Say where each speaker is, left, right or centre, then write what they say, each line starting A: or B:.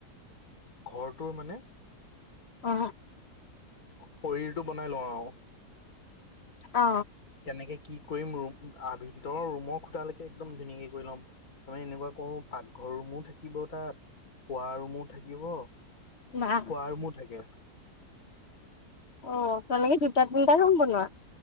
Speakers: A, on the left (about 65°); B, on the left (about 45°).
A: ঘৰটোৰ মানে
B: অ
A: শৰীৰটো বনাই লওঁ আৰু
B: অ
A: কেনেকে কি কৰিম ম ভিতৰৰ ৰুমৰ খুটালৈকে একদম ধুনীয়াকে কৰি ল'ম তাৰমানে এনেকুৱা কৰো পাকঘৰ ৰুমো থাকিব তাত খোৱা ৰুমো থাকিব
B: বা
A: খোৱা ৰুমো থাকে
B: অ তেনেকে দুটা তিনিটা <unintelligible> বনোৱা